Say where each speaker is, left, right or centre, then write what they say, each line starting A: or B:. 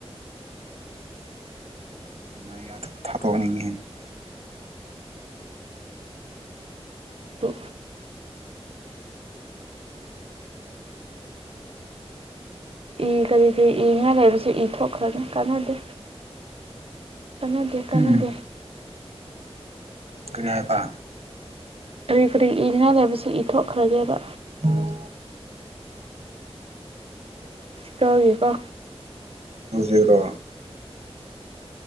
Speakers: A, on the right; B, on the right.
A: ꯅ ꯌꯥꯗ ꯐꯠꯇꯅꯤꯍ
B: ꯑꯣ ꯏ ꯀꯔꯤ ꯀꯔꯤ ꯏꯉꯥꯏ ꯂꯩꯔꯁꯨ ꯏ ꯊꯣꯛꯈ꯭ꯔꯅꯤ ꯀꯥꯟꯅꯗꯦ ꯀꯥꯟꯅꯗꯦ ꯀꯥꯟꯅꯗꯦ
A: ꯎꯝ ꯀꯔꯤ ꯍꯥꯏꯇ
B: ꯀꯔꯤ ꯀꯔꯤ ꯏꯅꯤꯡꯉ ꯂꯩꯕꯕꯁꯤ ꯏꯊꯣꯛꯈ꯭ꯔꯒꯦꯕ
A: ꯎꯝ
B: ꯇꯒꯀ
A: ꯍꯧꯖꯤꯛꯔ꯭ꯔꯣ